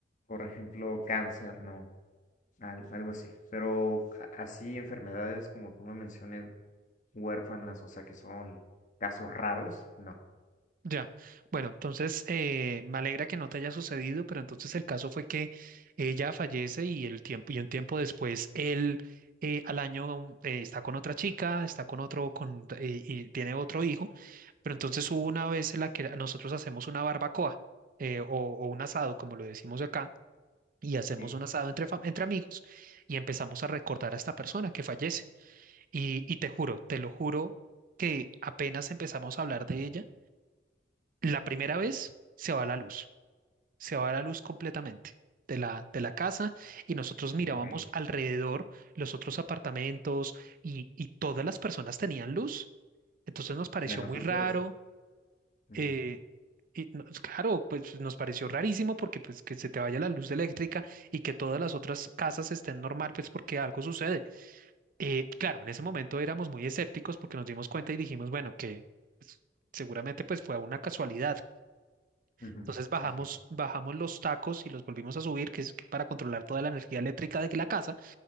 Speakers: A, on the left; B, on the right.
A: por ejemplo, cáncer, ¿no? Al- algo así. Pero a- así enfermedades como tú me mencionas huérfanas, o sea que son casos raros, no,
B: ya. Bueno, entonces eh, me alegra que no te haya sucedido, pero entonces el caso fue que ella fallece y el tiempo y un tiempo después él eh, al año eh, está con otra chica, está con otro, con, eh, y tiene otro hijo. Pero entonces hubo una vez en la que nosotros hacemos una barbacoa eh, o, o un asado, como lo decimos acá, y hacemos
A: sí,
B: un asado entre, fam- entre amigos y empezamos a recordar a esta persona que fallece. Y, y te juro, te lo juro, que apenas empezamos a hablar de ella, la primera vez se va la luz, se va la luz completamente. De la, de la casa y nosotros mirábamos
A: ok,
B: alrededor los otros apartamentos y, y todas las personas tenían luz. Entonces nos pareció
A: menos
B: muy
A: ustedes.
B: raro,
A: Ujú,
B: eh, y no- pues, claro, pues nos pareció rarísimo porque pues que se te vaya la luz eléctrica y que todas las otras casas estén normal, pues porque algo sucede. Eh, claro, en ese momento éramos muy escépticos porque nos dimos cuenta y dijimos, bueno, que pues, seguramente pues fue una casualidad.
A: ujú,
B: Entonces bajamos,
A: Sí, sí,
B: bajamos los tacos y los volvimos a subir, que es que para controlar toda la energía eléctrica de que la casa